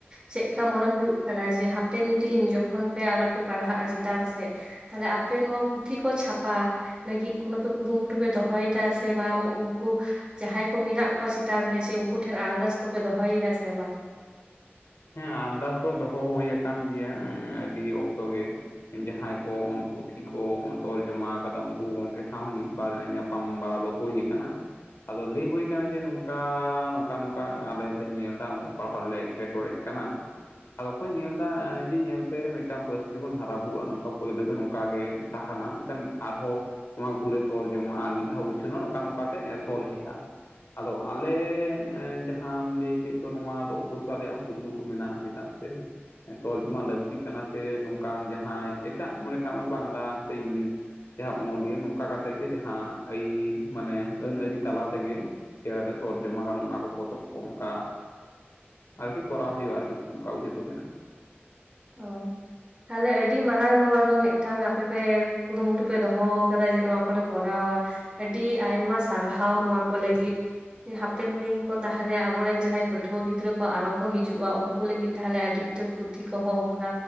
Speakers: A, on the right (about 25°); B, on the left (about 85°).
A: ᱪᱮᱫ ᱞᱮᱠᱟ ᱢᱚᱱᱮ ᱦᱩᱭᱩᱜ ᱠᱟᱱᱟ ᱡᱮ ᱦᱟᱯᱮᱱ ᱫᱤᱱ ᱡᱚᱠᱷᱚᱱ ᱯᱮ ᱟᱨᱚᱯᱮ ᱯᱟᱲᱦᱟᱜᱼᱟ ᱪᱮᱛᱟᱱ ᱥᱮᱫ ᱛᱟᱦᱚᱞᱮ ᱟᱯᱮ ᱱᱚᱣᱟ ᱯᱩᱛᱷᱤ ᱠᱚ ᱪᱷᱟᱯᱟ ᱞᱟᱹᱜᱤᱫ <unintelligible> ᱯᱮ ᱠᱩᱨᱩᱢᱩᱴᱩ ᱯᱮ ᱫᱚᱦᱚᱭᱮᱫᱟ ᱥᱮ ᱵᱟᱝ ᱩᱱᱠᱩ ᱡᱟᱦᱟᱸᱭ ᱠᱚ ᱢᱮᱱᱟᱜ ᱠᱚᱣᱟ ᱪᱮᱛᱟᱱ ᱨᱮ ᱥᱮ ᱩᱱᱠᱩ ᱴᱷᱮᱱ ᱟᱨᱫᱟᱥ ᱠᱚᱯᱮ ᱫᱚᱦᱚᱭᱮᱫᱟ ᱥᱮ ᱵᱟᱝ
B: ᱦᱮᱸ ᱟᱨᱫᱟᱥ ᱫᱚ ᱫᱚᱦᱚ ᱦᱩᱭ ᱟᱠᱟᱱ ᱜᱮᱭᱟ ᱟᱹᱰᱤ ᱚᱠᱛᱚ ᱜᱮ ᱡᱟᱦᱟᱸᱭ ᱠᱚ ᱯᱩᱛᱷᱤ ᱠᱚ ᱛᱚᱨᱡᱚᱢᱟ ᱟᱠᱟᱫᱟ ᱩᱱᱠᱩ ᱜᱚᱝᱠᱮ ᱥᱟᱶ ᱦᱚᱸ ᱢᱤᱫ ᱵᱟᱨ ᱧᱟᱯᱟᱢ ᱧᱟᱯᱟᱢ ᱵᱟᱲᱟ ᱫᱚ ᱦᱩᱭ ᱟᱠᱟᱱᱟ ᱟᱫᱚ ᱞᱟᱹᱭ ᱦᱩᱭᱩ ᱠᱟᱱᱟ ᱡᱮ ᱱᱚᱝᱠᱟ ᱱᱚᱝᱠᱟ ᱱᱚᱝᱠᱟ ᱟᱞᱮ ᱞᱮ ᱧᱮᱞ ᱮᱫᱟ᱾ ᱱᱚᱝᱠᱟ ᱯᱟᱲᱦᱟᱣ ᱞᱮ ᱮᱴᱠᱮᱴᱚᱬᱮ ᱠᱟᱱᱟ ᱟᱫᱚ ᱠᱚ ᱧᱮᱞ ᱮᱫᱟ ᱡᱮ ᱧᱮᱞ ᱯᱮ ᱢᱤᱫᱴᱟᱝ ᱯᱟᱹᱨᱥᱤ ᱵᱚᱱ ᱦᱟᱨᱟ ᱵᱩᱨᱩᱜᱼᱟ᱾ ᱱᱚᱝᱠᱟ ᱯᱳᱭᱞᱳ ᱫᱚ ᱱᱚᱝᱠᱟ ᱜᱮ ᱛᱟᱦᱟᱱᱟᱢ ᱠᱷᱟᱱ ᱟᱨᱦᱚᱸ ᱱᱚᱣᱟ ᱜᱷᱩᱨᱮ ᱛᱚᱨᱡᱚᱢᱟ ᱟᱨ ᱢᱤᱫ ᱫᱷᱟᱣ ᱩᱪᱷᱟᱹᱱᱚᱜ-ᱟ ᱱᱚᱝᱠᱟ ᱱᱚᱝᱠᱟᱛᱮ ᱥᱚᱞᱦᱮᱜᱼᱟ᱾ ᱟᱫᱚ ᱟᱞᱮ ᱡᱟᱦᱟᱸᱢ ᱞᱟᱹᱭ ᱠᱮᱫ ᱫᱚ ᱱᱚᱣᱟ ᱫᱚ ᱚᱵᱚᱥᱳ ᱟᱞᱮ ᱠᱩᱨᱩ ᱢᱩᱴᱩ ᱢᱮᱱᱟᱜᱼᱟ ᱪᱮᱫᱟᱜ ᱥᱮ? ᱛᱚᱨᱡᱚᱢᱟ ᱞᱟᱹᱠᱛᱤᱜ ᱠᱟᱱᱟ ᱥᱮ ᱱᱚᱝᱠᱟᱱ ᱡᱟᱦᱟᱸᱭ ᱮᱴᱟᱜ ᱢᱚᱱᱮ ᱠᱟᱜ ᱢᱮ ᱵᱟᱝᱞᱟ ᱥᱮ ᱤᱝᱞᱤᱥ ᱡᱟᱦᱟᱸ ᱚᱱᱚᱞᱤᱭᱟᱹ ᱱᱚᱝᱠᱟ ᱠᱟᱛᱮᱫ ᱜᱮ ᱡᱟᱦᱟᱸ ᱟᱹᱭᱤᱱ ᱢᱟᱱᱮ ᱟᱹᱱ ᱟᱹᱨᱤ ᱛᱟᱞᱟ ᱛᱮᱜᱮ ᱡᱛ <unintelligible> ᱛᱚᱨᱡᱚᱢᱟ ᱜᱟᱱᱚᱜᱼᱟ, ᱚᱱᱟ ᱠᱚ ᱯᱚᱛᱚᱵ ᱠᱚ ᱚᱱᱠᱟ ᱟᱨᱠᱤ ᱠᱚᱨᱟᱣ ᱦᱩᱭᱩᱜᱼᱟ, ᱟᱨᱠᱤ ᱱᱚᱝᱠᱟ ᱩᱭᱦᱟᱹᱨ ᱫᱚ᱾ ᱢᱮᱱᱟᱜᱼᱟ
A: ᱚ ᱛᱟᱦᱞᱮ ᱟᱹᱰᱤ ᱢᱟᱨᱟᱝ ᱱᱚᱣᱟ ᱫᱚ ᱢᱤᱫᱴᱟᱝ ᱟᱯᱮ ᱯᱮ ᱠᱩᱨᱩᱢᱩᱴᱩ ᱯᱮ ᱫᱚᱦᱚᱣ ᱠᱟᱫᱟ ᱡᱮ ᱱᱚᱣᱟ ᱠᱚᱞᱮ ᱠᱚᱨᱟᱣᱟ ᱟᱹᱰᱤ ᱟᱭᱢᱟ ᱥᱟᱨᱦᱟᱣ ᱱᱚᱣᱟ ᱠᱚ ᱞᱟᱹᱜᱤᱫ᱾ ᱦᱟᱯᱮᱱ ᱫᱤᱱ ᱠᱚ ᱛᱟᱦᱞᱮ ᱟᱵᱚᱨᱮᱱ ᱡᱟᱦᱟᱸᱭ ᱯᱟᱹᱴᱷᱩᱣᱟᱹ ᱜᱤᱫᱽᱨᱟᱹ ᱠᱚ ᱟᱨᱚ ᱠᱚ ᱦᱤᱡᱩᱜᱼᱟ ᱩᱝᱠᱩ ᱞᱟᱹᱜᱤᱫ ᱛᱟᱦᱞᱮ ᱟᱹᱰᱤ ᱩᱛᱟᱹᱨ ᱯᱩᱛᱷᱤ ᱠᱚᱦᱚᱸ ᱚᱱᱠᱟ